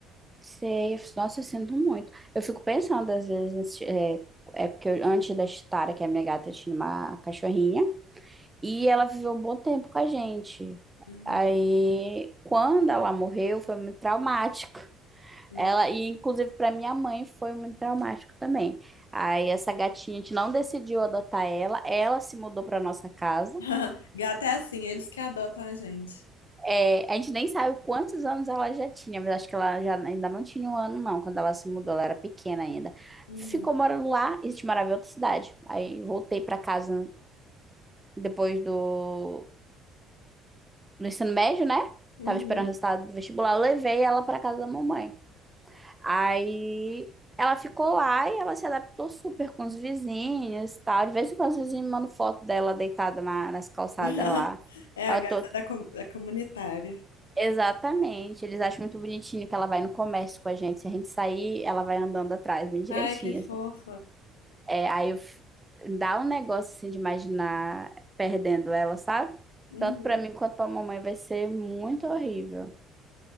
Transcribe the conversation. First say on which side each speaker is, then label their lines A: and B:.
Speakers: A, on the right (about 15°); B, on the left (about 85°).
A: Sei, nossa, eu sinto muito. Eu fico pensando às vezes, nesse- é, é porque eu- antes da Chitara, que é a minha gata, eu tinha uma cachorrinha. E ela viveu um bom tempo com a gente.
B: Uhum.
A: Aí, quando ela morreu, foi muito traumático.
B: uhum.
A: Ela, e inclusive para minha mãe foi muito traumático também. Aí, essa gatinha, a gente não decidiu adotar ela, ela se mudou para nossa casa.
B: <laughs> Gato é assim, eles que adotam a gente.
A: É, a gente nem sabe quantos anos ela já tinha, mas acho que ela já ainda não tinha um ano, não, quando ela se mudou, ela era pequena ainda.
B: Uhum.
A: Ficou morando lá e a gente morava em outra cidade. Aí, voltei para casa depois do no ensino médio, né?
B: Uhum.
A: Tava esperando o resultado do vestibular, eu levei ela pra casa da mamãe. Aí ela ficou lá e ela se adaptou super com os vizinhos e tal. De vez em quando os vizinhos me mandam foto dela deitada na, nas calçadas
B: <laughs>
A: lá.
B: É a
A: Ela
B: gata
A: tô...
B: da, com- da comunitária.
A: Exatamente, eles acham muito bonitinho que ela vai no comércio com a gente. Se a gente sair, ela vai andando atrás, bem direitinho,
B: Ai, que fofa.
A: assim. É, aí eu... f- dá um negócio assim de imaginar perdendo ela, sabe?
B: Uhum.
A: Tanto pra mim quanto pra mamãe vai ser muito horrível.